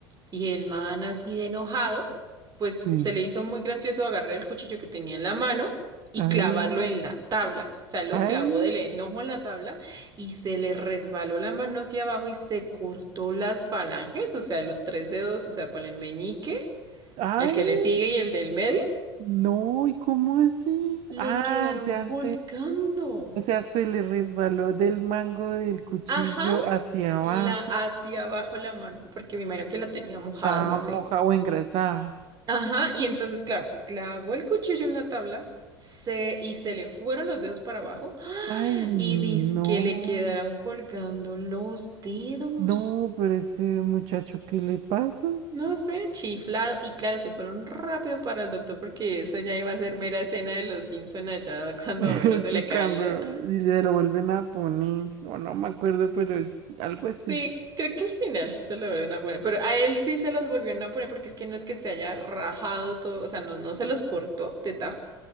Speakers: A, on the right (about 30°); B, on the right (about 50°).
A: Y el man así de enojado, pues
B: sí.
A: se le hizo muy gracioso agarrar el cuchillo que tenía en la mano y
B: Ay,
A: clavarlo en la tabla. O sea, lo
B: ay,
A: clavó del enojo en la tabla y se le resbaló la mano hacia abajo y se cortó las falanges, o sea, los tres dedos, o sea, por el meñique.
B: ay.
A: El que le sigue y el del medio
B: No, ¿y cómo así?
A: le
B: Ah,
A: quedaron
B: ya
A: colgando.
B: O sea, se le resbaló del mango del cuchillo
A: Ajá,
B: hacia
A: la
B: abajo.
A: hacia abajo la mano, porque me imagino que la tenía mojada,
B: Estaba
A: no sé.
B: mojada o engrasada.
A: Ajá, y entonces, claro, clavó el cuchillo en la tabla se, y se le fueron los dedos para abajo ¡ah!
B: Ay, no.
A: y dice que le quedaron colgando los dedos.
B: No, pero ese muchacho, ¿qué le pasa?
A: No sé, chiflado. Y claro, se fueron rápido para el doctor porque eso ya iba a ser mera escena de los Simpson allá cuando
B: <laughs>
A: a Homero se
B: Sí,
A: le cae
B: cuando
A: el dedo.
B: y le lo vuelven a poner, o no me acuerdo, pero es algo así.
A: Sí, creo que al final sí se lo volvieron a poner, pero a él sí se los volvieron a poner porque es que no es que se haya rajado todo, o sea, no, no se los cortó de tajo,